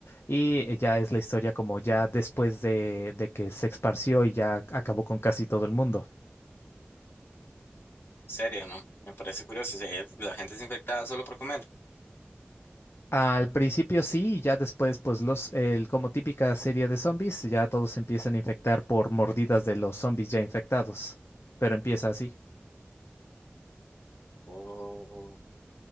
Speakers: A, on the left; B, on the left.
A: Y eh, ya es la historia como ya después de, de que se esparció y ya acabó con casi todo el mundo.
B: serio, ¿no? Me parece curioso. si es- La gente es infectada solo por comer.
A: Al principio sí, y ya después, pues los, el- como típica serie de zombies, ya todos se empiezan a infectar por mordidas de los zombies ya infectados. Pero empieza así.
B: Oh,